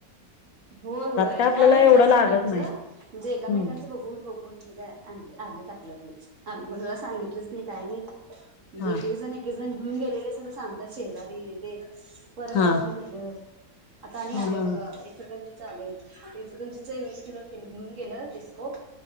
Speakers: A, on the right (about 60°); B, on the left (about 70°).
A: होय होय
B: काय आपल्याला
A: ह्या वेळी
B: एवढं
A: जास्त
B: लागत
A: लाँच,
B: नाही
A: ्हणजे एमेकांचं
B: हम्म
A: बघून बघून हे काय आपलं -आपलं, आम्ही कोणाला सांगितलंच नाही काय नाही जे
B: हा
A: एकेकजण, एकेकजण म्हणून गेलेले सगळं सांगतात शेजारी हे ते. परगावातलं
B: हा
A: नेल. आता आणि
B: हा
A: आले
B: हा.
A: बघा इचलकरंजीत. चालेल आता इचलकरंजीच विस किलो तेल घेऊन गेल डिस्को.